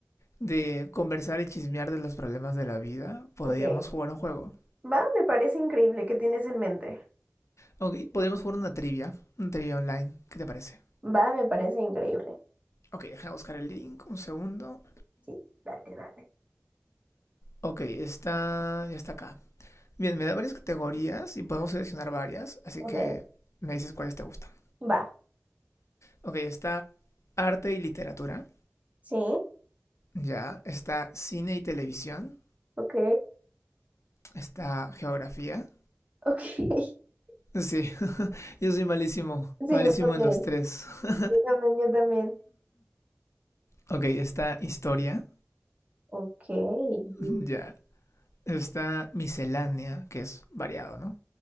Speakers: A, on the left (about 70°); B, on the right (about 25°).
A: de conversar y chismear de los problemas de la vida, podríamos
B: Ok.
A: jugar un juego.
B: Va, me parece increíble. ¿Qué tienes en mente?
A: Ok, podríamos jugar una trivia, una trivia online. ¿Qué te parece?
B: Va, me parece increíble.
A: Ok, déjame buscar el link, un segundo.
B: Sí, dale, dale.
A: Ok, está, ya está acá. Bien, me da varias categorías y podemos seleccionar varias, así
B: Ok.
A: que me dices cuáles te gustan.
B: Va,
A: Ok, está arte y literatura,
B: sí,
A: ya, está cine y televisión,
B: ok,
A: está geografía.
B: ok. <laughs>
A: Sí, <laughs> yo soy malísimo,
B: Sí,
A: malísimo
B: yo también.
A: en los tres. <laughs>
B: Yo también, yo también.
A: ok, está historia,
B: Ok, Mm.
A: <laughs> ya, está miscelánea, que es variado, ¿no?